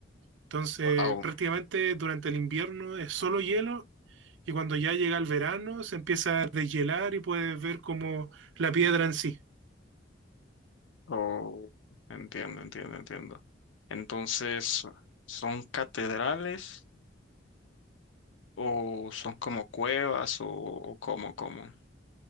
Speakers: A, on the right; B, on the left.
A: Entonces,
B: Wow.
A: prácticamente durante el invierno es solo hielo y cuando ya llega el verano se empieza a deshielar y puedes ver como la piedra en sí.
B: Oh, entiendo, entiendo, entiendo. Entonces, ¿son catedrales o son como cuevas o, o cómo, cómo?